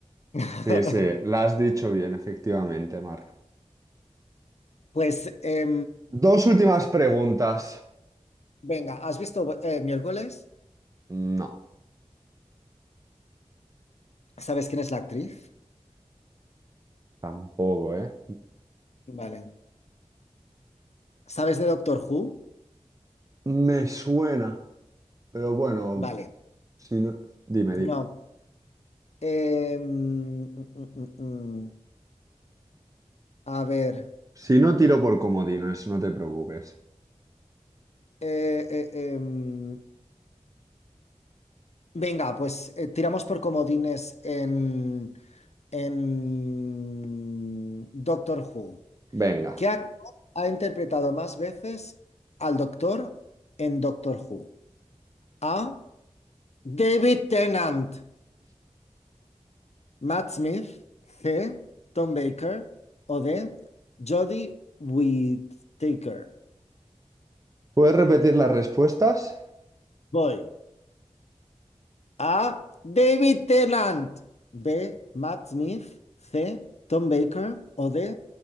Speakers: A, on the left (about 65°); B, on the right (about 30°).
A: <laughs>
B: Sí, sí, la has dicho bien, efectivamente, Marc.
A: Pues, eh,
B: Dos últimas preguntas.
A: Venga, ¿has visto eh, miércoles?
B: No,
A: ¿Sabes quién es la actriz?
B: tampoco, ¿eh?
A: Vale. ¿Sabes de Doctor Who?
B: Me suena. Pero bueno,
A: Vale.
B: si no... Dime,
A: No.
B: dime.
A: Eh, mm, mm, mm, mm. A ver.
B: Si no tiro por comodines, no te preocupes.
A: Eh, eh, em, venga, pues eh, tiramos por comodines en, en Doctor Who.
B: Venga.
A: ¿Qué actor ha interpretado más veces al Doctor en Doctor Who? A. David Tennant. Matt Smith, C. Tom Baker o D. Jodie Whittaker.
B: ¿Puedes repetir las respuestas?
A: Voy. A. David Tennant. B. Matt Smith. C. Tom Baker o D.